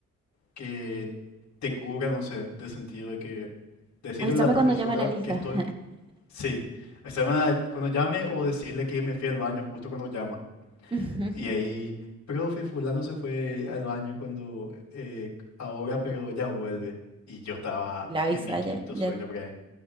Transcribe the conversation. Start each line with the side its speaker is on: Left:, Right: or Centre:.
Left: que te cura, no sé, de sentido de que decirle
Right: Avísame
Left: a la profesora
Right: cuando llama la lista.
Left: que estoy Sí, o sea, me da- cuando llame o decirle que me fui al baño justo cuando llama.
Right: <laughs>
Left: Y ahí, profe, fulano se fue al baño cuando eh, ahora, pero ya vuelve. Y yo estaba
Right: La avisa
Left: en mi quinto
Right: ya, ya
Left: sueño por ahí.